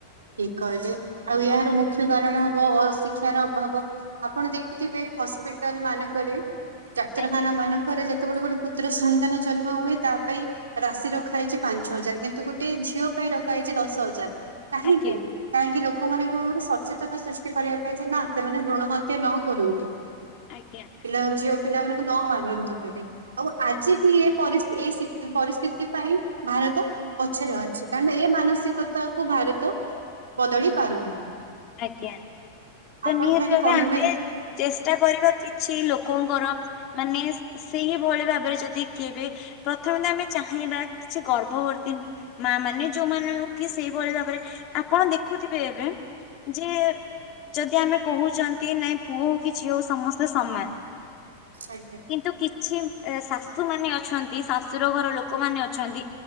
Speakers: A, on the right; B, on the left.
A: ଠିକ୍ କହିଲେ ଆଉ ଏହାର ମୁଖ୍ୟ କାରଣ ହବ ଅଶିକ୍ଷାର ଅଭାବ। ଆପଣ ଦେଖୁଥିବେ ହସ୍ପିଟାଲ୍ ମାନଙ୍କରେ ଡାକ୍ତରଖାନା
B: ଆଜ୍ଞା
A: ମାନଙ୍କରେ ଯେ ତେବଳେ ଗୋଟେ ପୁତ୍ର ସନ୍ତାନ ଜନ୍ମ ହୁଏ ତା ପାଇଁ ରାଶି ରଖାଯାଇଚି ପାଞ୍ଚ ହଜାର୍ କିନ୍ତୁ କିନ୍ତୁ ଗୋଟେ ଝିଅ ପାଇଁ ରଖା ହେଇଚି ଦଶ ହଜାର୍ କାହିଁକି
B: ଆଜ୍ଞା
A: କାହିଁକି ଲୋକମାନଙ୍କୁ ଗୋଟେ ସଚେତନ ସୃଷ୍ଟି କରିବା ପାଇଁ ଯେ ନା ସେମାନେ ଭ୍ରୂଣ ହତ୍ୟା ନ କରନ୍ତୁ।
B: ଆଜ୍ଞା।
A: କାହିଁ ଝିଅ ପିଲାମାନଙ୍କୁ ନ ମାରନ୍ତୁ ବୋଲି। ଆଉ ଆଜି ବି ଏ -ପରିସ୍-ଏ ପରିସ୍ଥିତି ପାଇଁ ଭାରତ ପଛରେ ଅଛି କାରଣ ଏ ମାନସିକତା କୁ ଭାରତ ବଦଳି ପାରୁନି।
B: ଆଜ୍ଞା। ତ
A: ଆପଣ
B: ନିହାତି
A: ଖାଲି
B: ଭାବେ
A: କହିବେନି
B: ଆମେ ଚେଷ୍ଟା କରିବା କିଛି ଲୋକଙ୍କର ମାନେ ସେଇଭଳି ଭାବରେ ଯଦି କେବେ ପ୍ରଥମେ ତ ଆମେ ଚାହିଁବା କିଛି ଗର୍ଭବର୍ତୀ ମା ମାନେ ଯୋଉମାନଙ୍କୁ କି ସେଇଭଳି ଭାବରେ ଆପଣ ଦେଖୁଥିବେ ଏବେ ଯେ ଯଦି ଆମେ କହୁଛନ୍ତି ନାଇଁ ପୁଅ ହୋଉ କି ଝିଅ ହୋଉ ସମସ୍ତେ ସମାନ।
A: ଆଜ୍ଞା
B: କିନ୍ତୁ କିଛି ଏ ଶାଶୁ ମାନେ ଅଛନ୍ତି ଶାଶୁର ଘର ଲୋକମାନେ ଅଛନ୍ତି